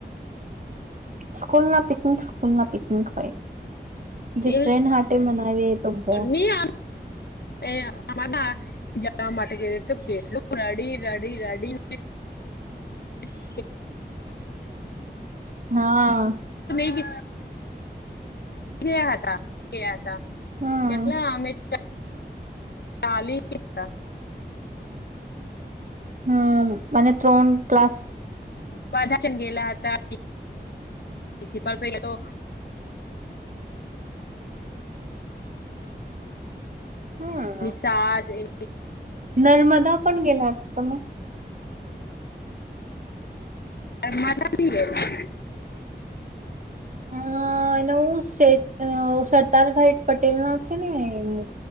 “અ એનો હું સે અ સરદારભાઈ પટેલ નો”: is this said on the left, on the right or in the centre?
Right